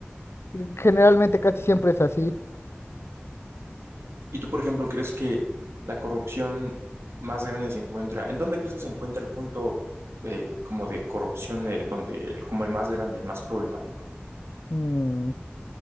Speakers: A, on the left; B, on the right.
A: <laughs> generalmente casi siempre es así.
B: ¿Y tú, por ejemplo, crees que la corrupción más grande se encuentra? ¿En dónde crees que se encuentra el punto eh, como de corrupción, eh, donde el- como el más grande, el más problemático?
A: Mm,